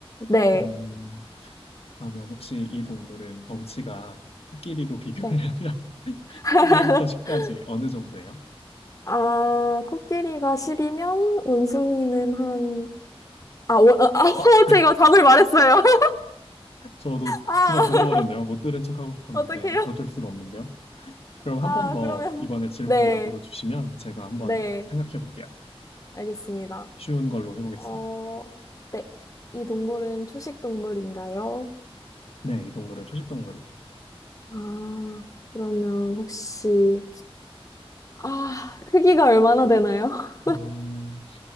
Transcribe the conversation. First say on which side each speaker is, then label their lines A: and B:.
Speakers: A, on the left; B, on the left.
A: 네.
B: 음, 그러면 혹시 이 동물은 덩치가 코끼리로 비교를
A: 네.
B: 하면 <laughs>
A: <laughs>
B: 1부터 10까지 어느 정도예요?
A: 아, 코끼리가 십이면 원숭이는 한 아, 원, 아, 아, <laughs>
B: 어?
A: 제가 답을 말했어요. <laughs>
B: 저도
A: 아,
B: 순간 들어버렸네요.
A: <laughs>
B: 못 들은 척하고 싶었는데
A: 어떡해요?
B: 어쩔 수가 없는데요. 그럼
A: 아,
B: 한 번 더
A: 그러면.
B: 이번에 질문을
A: <laughs> 네,
B: 역으로 주시면 제가 한번
A: 네,
B: 생각해 볼게요.
A: 알겠습니다.
B: 쉬운 걸로 해보겠습니다.
A: 어, 네. 이 동물은 초식 동물인가요?
B: 네, 이 동물은 초식 동물이에요.
A: 아, 그러면 혹시, 아, 크기가 얼마나 되나요? <laughs>
B: 음,